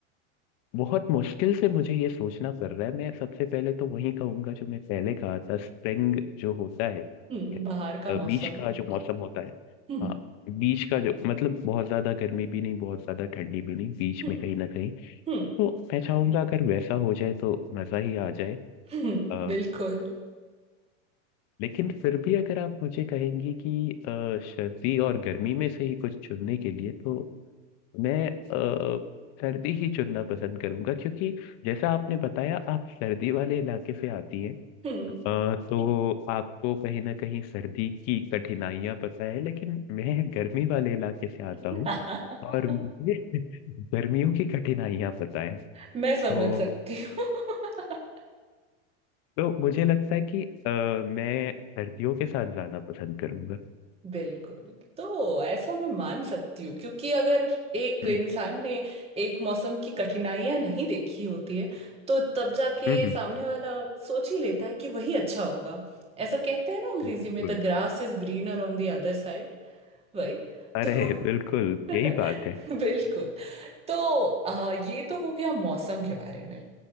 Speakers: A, on the left; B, on the right.
A: बहुत मुश्किल से मुझे ये सोचना पड़ रहा है मैं सबसे पहले तो वही कहूंगा जो मैं पहले कहा था स्प्रिंग जो होता है
B: हम्म बाहर का
A: अ,
B: मौसम
A: बीच का जो मौसम होता है
B: हम्म
A: हाँ बीच का जो मतलब बहुत ज्यादा गर्मी भी नहीं बहुत ज्यादा ठंडी भी नहीं बीच
B: हम्म
A: में कहीं ना कहीं
B: हम्म
A: तो मैं चाहूंगा अगर वैसा हो जाए तो मजा ही आ जाए
B: हम्म,
A: अ,
B: बिल्कुल
A: लेकिन फिर भी अगर आप मुझे कहेंगी कि अ, सर्दी और गर्मी में से ही कुछ चुनने के लिए तो मैं अ, सर्दी ही चुनना पसंद करूंगा क्योंकि जैसा आपने बताया आप सर्दी वाले इलाके से आती हैं
B: हम्म
A: अ, तो आपको कहीं ना कहीं सर्दी की कठिनाइयां पता है लेकिन मैं गर्मी वाले इलाके से आता
B: <laughs>
A: हूँ और मुझे <laughs> गर्मियों की कठिनाइयां पता है
B: मैं समझ
A: तो
B: सकती हूँ <laughs>
A: तो मुझे लगता है कि अ, मैं सर्दियों के साथ जाना पसंद करूंगा
B: बिल्कुल तो ऐसा मैं मान सकती हूँ क्योंकि अगर एक
A: हम्म
B: इंसान ने एक मौसम की कठिनाइयां नहीं देखी होती है तो तब जाके
A: हम्म हम्म,
B: सामने वाला सोच ही लेता है कि वही अच्छा होगा ऐसा कहते हैं ना अंग्रेजी
A: बिल्कुल
B: में the grass is greener on the other side वही
A: अरे
B: तो
A: बिल्कुल
B: <laughs>
A: यही बात है
B: बिल्कुल तो आ, ये तो हो गया मौसम के बारे में